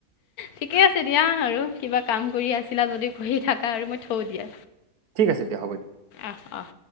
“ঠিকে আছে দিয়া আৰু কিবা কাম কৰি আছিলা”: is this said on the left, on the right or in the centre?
Left